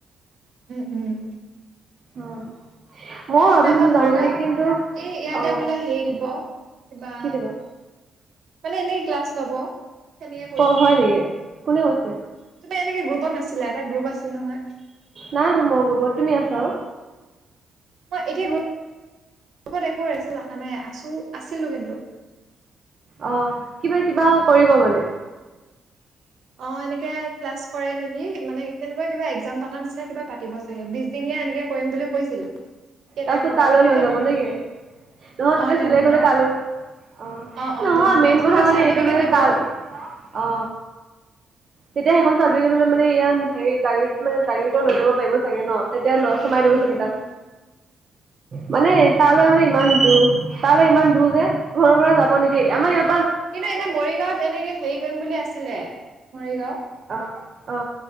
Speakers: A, on the right (about 65°); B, on the right (about 40°).
A: উম উম।
B: অ। ময়ো ভাবিছিলো
A: মানে আমাৰ মৰিগাঁও
B: যাম বুলি কিন্তু
A: এই ইয়াতে
B: অ
A: বোলে হেৰি দিব। কিবা
B: কি দিব
A: মানে এনেই ক্লাছ লব তেনেকে কৈচে।
B: ক হয় নেকি কোনে কৈছে।
A: তুবা এনেকে গ্ৰুপত নাছিলা এটা গ্ৰুপ আছিল নহয়।
B: নাই তো মই গ্ৰুপত তুমি আছা অও।
A: মই এতিয়া গ্ৰু পত একো ৰেছে অহা নাই আছো আছিলো কিন্তু।
B: অ কিবা কিবা কৰিব মানে।
A: অ এনেকে ক্লাছ কৰে নেকি মানে তেনেকুৱা কিবা একজাম পতা নিচিনা কিবা পাতিব চাগে বিছদিনীয়া এনেকে। কৰিম বুলি কৈছিলে। কেই তাৰিখৰ
B: তাৰ পিছত
A: পৰা
B: তালৈ
A: কিন্তু
B: লৈ
A: এতিয়া
B: যাব
A: নকৰিলে
B: নেকি। নহয়
A: অ
B: তাতে
A: তেনেকুৱাই
B: চিলেক হলে তালৈ অ
A: অ অ
B: নহয়
A: তেনেকুৱাই
B: মেইন কথা
A: কিবা
B: মানে
A: চাৰ্টিফিকেট
B: এইটো মানে
A: দিব
B: তাল। অ তেতিয়া সেইখন চাটিপিকেত হলে মানে ইয়াত হেৰি। গাড়ী মে গাড়ীত লৈ যাবাৰিবাগে ন তেতিয়া ল সোমাই দিব
A: উম
B: চাগে তাত। মানে তালৈ মানে ইমান দু। তালৈ ইমান দূৰ যে ঘৰৰ পৰা যাব নিদিয় আমাৰ ইয়া।
A: কিন্তু এনে মৰিগাঁওত এনেকে হেৰি কৰিম বুলি আছিলে মৰিগাঁও।
B: অ অ।